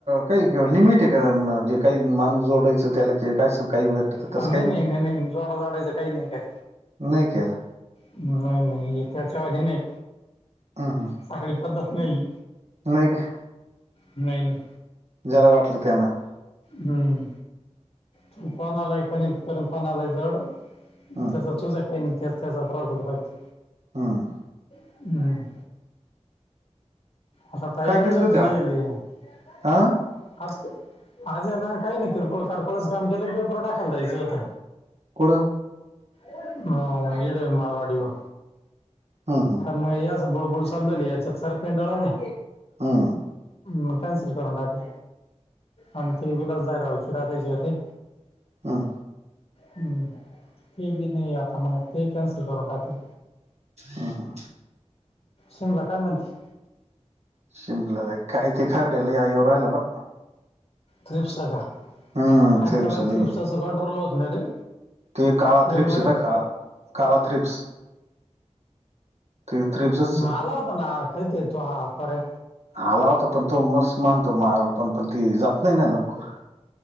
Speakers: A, on the right; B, on the left.
A: काही लिमिट आहे क म्हणजे काही माणूस जोडायचं त्याला काय कस काही?
B: नाही
A: तसं काही
B: नाही नाही नाही जोडा जोडायचं काही नाही त्यात.
A: नाही केला
B: नाही नाही त्याच्या वानी नाही.?
A: हां हां.
B: साखळी पद्धत नाही.?
A: नाही का.
B: नाही नाही.
A: ज्याला वाटलं त्याला. <unintelligible>
B: हम्म, तु कोनालाय कनेक्ट कर न कोनालाय जोड.
A: हम्म
B: त्याचा तुझा काही नाही त्याच त्याचा प्रॉफिट फक्त.
A: हम्म.
B: हम्म. आता ताईला
A: काय करीत
B: <unintelligible>
A: होते आज हा
B: आजय ना काही नाही किरकोळ कारकोळच काम केल पेपर टाकायला जायचं होत.?
A: कुठ?
B: अं इढे माळवाडीवर..
A: हम्म हम्म
B: म या अस बुळबुळ चाललेली याच्यात सार पिंडाळल ना
A: हम्म
B: मग कॅन्सल करून टाकले आणि ती विलास <unintelligible> टाकायची होती.
A: हां.
B: हम्म ते बी नाही आता मग ते कॅन्सल करून टाकली?
A: ह हा.
B: समला काा म्हणती?
A: शिंबला कायथे खरडेला या येव रायला भा
B: थ्रिप्स का
A: हम्म
B: आणि
A: थ्रिप्स
B: त्याला
A: लई
B: थ्रिपसाच कंट्रोल होत नाही रे.
A: ते काळा थ्रिप्स
B: लय भयंकर
A: पय का काळा थ्रिप्स ते थ्रिप्सच
B: माला होता ना खयतयेतो ह पर.
A: आला होता पण मस् मानतो मार पण पण ती जात नाही लवकर?